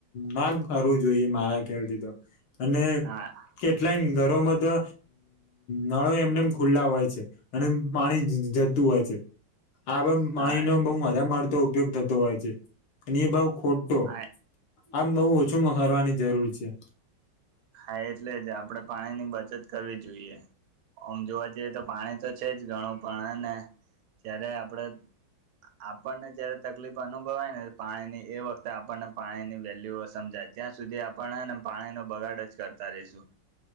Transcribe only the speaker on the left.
ના કરવું જોઈએ મારા ખ્યાલથી તો અને
કેટલાક ઘરો માતો નળો એમનેમ ખુલ્લા હોય છે અને પાણી જતું હોય છે આ પણ પાણીનો
બઉ વધા મારતો ઉપયોગ થતો હોય છે અને એ બઉ ખો તો
આમ બવુ ઓછું કરવાની જરૂર છે